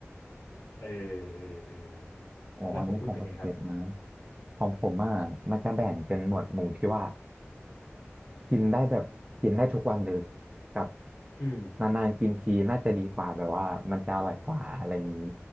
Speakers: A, on the left; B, on the right.
A: เออเออเออ
B: อ๋ออันนี้ผมก็เก็ตนะ
A: แล้วของคุณเป็นไงครับ
B: ของผมอ่ะมันจะแบ่งเป็นหมวดหมู่ที่ว่ากินได้แบบกินได้ทุกวันเลยกับ
A: อืม
B: นานๆกินทีน่าจะดีกว่าแบบว่ามันจะอร่อยกว่าอะไรอย่างนี้